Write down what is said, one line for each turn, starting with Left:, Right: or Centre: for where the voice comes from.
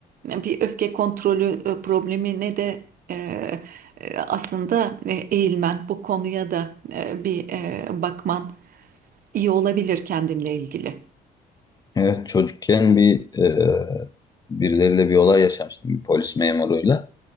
Right: Bir öfke kontrolü e, problemine de e, e, aslında e, eğilmen, bu konuya da e, bir e, bakman iyi olabilir kendinle ilgili.
Left: Evet, çocukken bir e, birileriyle bir olay yaşamıştım bir polis memuruyla.